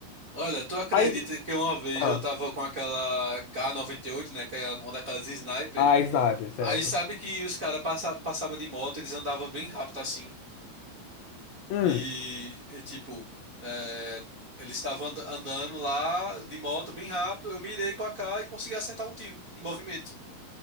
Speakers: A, on the right; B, on the left.
A: Olha, tu acredita
B: Aí,
A: que uma vez
B: ah,
A: eu tava com aquela k noventa e oito, né? Que é uma daquelas sniper.
B: a sniper, certo?
A: Aí sabe que os caras passa, passavam de moto, eles andavam bem rápido assim.
B: Hum.
A: E, e, tipo, é, eles estavam and- andando lá de moto bem rápido. Eu mirei com a AK e consegui acertar um tiro em movimento.